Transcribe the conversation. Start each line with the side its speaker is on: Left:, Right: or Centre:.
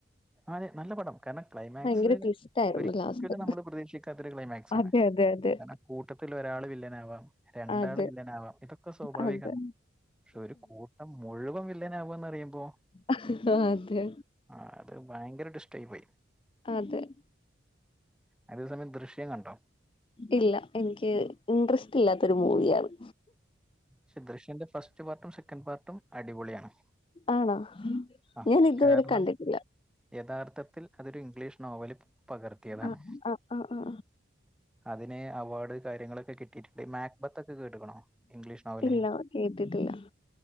Centre: അതെ നല്ല പടം കാരണം ക്ലൈമാക്സ്
Left: ഭയങ്കര ട്വിസ്റ്റ് ആയിരുന്നു
Centre: ഒരിക്കലും
Left: ലാസ്റ്റ്
Centre: നമ്മള് പ്രതീക്ഷിക്കാത്തൊരു ക്ലൈമാക്സ്
Left: അതെ
Centre: ആണ്
Left: അതെ അതെ
Centre: കാരണം കൂട്ട ത്തിലോരാൾ വില്ലനാവാം രണ്ടാൾ
Left: അതെ
Centre: വില്ലനാവാം ഇതൊക്കെ സ്വാഭാവികാണ്
Left: അതെ
Centre: പക്ഷെ ഒരു കൂട്ട ട്ടം മുഴുവൻ വില്ലനാവാന്ന് അറിയുമ്പോ
Left: ആഹ്‌ അതെ
Centre: ആഹ്‌ അത് ഭയങ്കര ട്വിസ്റ്റായി പോയി
Left: അതെ
Centre: അതേസമയം ദൃശ്യം കണ്ടോ
Left: ഇല്ല എനിക്ക് ഇൻട്രസ്റ്റ് ഇല്ലാത്തൊരു മൂവിയാണ്
Centre: പഷേ ദൃശ്യന്റെ ഫസ്റ്റ് പാർട്ടും സെക്കൻന്റ് പാർട്ടും അടിപൊളിയാണ്
Left: ആണോ
Centre: ആ
Left: ഞാൻ ഇതുവരെ
Centre: കാരണം
Left: കണ്ടിട്ടില്ല
Centre: യഥാർത്ഥത്തിൽ അതൊരു ഇംഗ്ലീഷ് നോവല് പകർത്തിയതാണ്
Left: ആ ആ ആ ആ
Centre: അതിന് അവാർഡ് കാര്യങ്ങളൊക്കെ കിട്ടി കിട്ടി ഈ മാക്ബത്ത് ഒക്കെ കേട്ട്ക്ക്ണോ ഇംഗ്ലീഷ് നോവല്
Left: ഇല്ല കേട്ടിട്ടില്ല